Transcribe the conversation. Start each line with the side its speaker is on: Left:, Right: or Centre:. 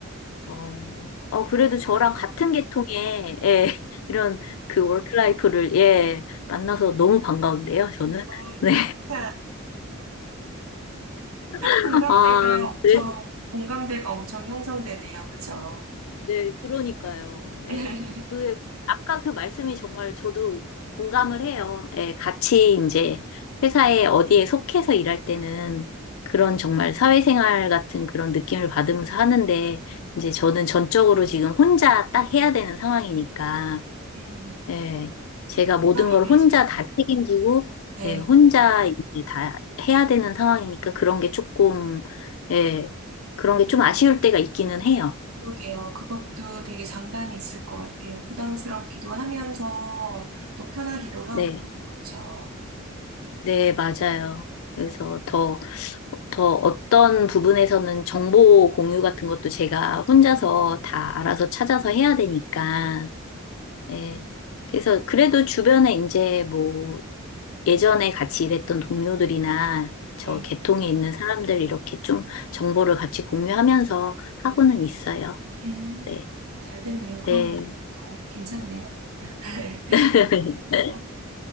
Left: 어, 어, 그래도
Right: 자기만족감?
Left: 저랑 같은 계통의, 예, <laughs> 이런 그 워크라이프를, 예, 만나서 너무 반가운데요, 저는.
Right: 너무,
Left: 네.
Right: 네, 진짜
Left: <laughs>
Right: 공감대가
Left: 아,
Right: 엄청,
Left: 그래
Right: 공감대가 엄청 형성되네요. 그죠?
Left: 네, 그러니까요. 예.
Right: <laughs>
Left: 그, 아까 그 말씀이 정말 저도 공감을 해요. 예, 같이 이제 회사에 어디에 속해서 일할 때는 그런 정말 사회생활 같은 그런 느낌을 받으면서 하는데, 이제 저는 전적으로 지금 혼자 딱 해야 되는 상황이니까,
Right: 음,
Left: 예, 제가 모든
Right: 부담이,
Left: 걸 혼자 다 책임지고,
Right: 네.
Left: 예, 혼자 이제 다 해야 되는 상황이니까 그런 게 조금, 예, 그런 게 좀 아쉬울 때가 있기는 해요.
Right: 그러게요. 그것도 되게 장단이 있을 것 같아요. 부담스럽기도 하면서 또 편하기도 하고.
Left: 네.
Right: 그렇죠.
Left: 네, 맞아요.
Right: 음,
Left: 그래서 더, 더 어떤 부분에서는 정보 공유 같은 것도 제가 혼자서 다 알아서 찾아서 해야 되니까, 예. 그래서 그래도 주변에 이제 뭐 예전에 같이 일했던 동료들이나 저
Right: 네.
Left: 계통에 있는 사람들 이렇게 좀 정보를 같이 공유하면서 하고는 있어요.
Right: 음,
Left: 네,
Right: 잘 됐네요. 그럼
Left: 네.
Right: 또 괜찮네요. <laughs>
Left: <laughs>
Right: 그